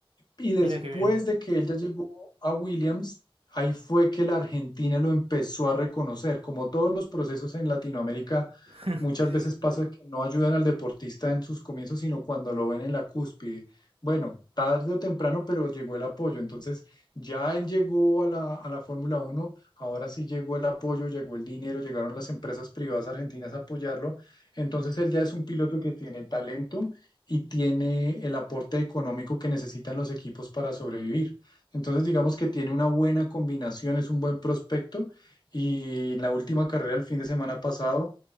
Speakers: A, on the left; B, on the right.
A: Y después
B: mira qué bien.
A: de que él ya llegó a Williams, ahí fue que la Argentina lo empezó a reconocer. Como todos los procesos en Latinoamérica,
B: <laughs>
A: muchas veces pasa que no ayudan al deportista en sus comienzos, sino cuando lo ven en la cúspide. Bueno, tarde o temprano, pero llegó el apoyo. Entonces, ya él llegó a la, a la Fórmula Uno ahora sí llegó el apoyo, llegó el dinero, llegaron las empresas privadas argentinas a apoyarlo. Entonces, él ya es un piloto que tiene talento y tiene el aporte económico que necesitan los equipos para sobrevivir. Entonces, digamos que tiene una buena combinación, es un buen prospecto y en la última carrera el fin de semana pasado,